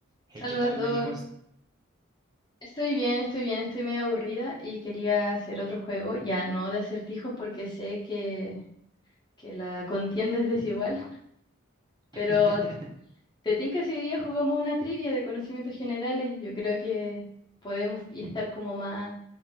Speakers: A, on the right (about 20°); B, on the left (about 20°).
A: Hey,
B: Salvador,
A: ¿qué tal, Meli? ¿Cómo es-
B: estoy bien, estoy bien, estoy medio aburrida y quería hacer otro juego, ya no de acertijos porque sé que, que la contienda es desigual, pero
A: <laughs>
B: te tinca si hoy día jugamos una trivia de conocimientos generales, yo creo que podemos y estar como más